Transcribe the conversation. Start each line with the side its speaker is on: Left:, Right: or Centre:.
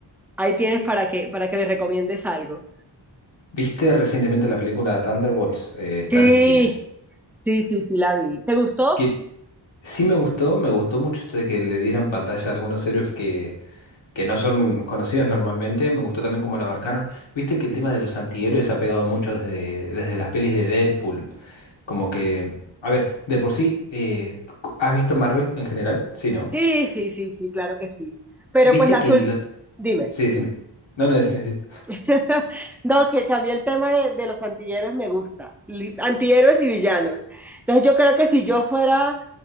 Centre: ahí tienes para que, para que me recomiendes algo.
Left: ¿Viste recientemente la película Thunderbolts? Eh, está
Centre: Sí,
Left: en el cine.
Centre: sí, sí, sí, la vi. ¿Te gustó?
Left: Que sí me gustó, me gustó mucho esto de que le dieran pantalla a algunos héroes que que no son conocidos normalmente. Me gustó también cómo lo abarcaron. Viste que el tema de los antihéroes ha pegado mucho desde, desde las pelis de Deadpool. Como que, a ver, de por sí, eh, ¿has visto Marvel en general? Sí, ¿no?
Centre: Sí, sí, sí, sí, claro que sí. Pero
Left: Viste
Centre: pues la
Left: que
Centre: azul,
Left: el...
Centre: dime,
Left: Sí, decime.
Centre: dime.
Left: No, no, decime, decime.
Centre: <laughs> No, que cambié el tema de, de los antihéroes, me gusta. Li- Antihéroes y villanos. Entonces yo creo que si yo fuera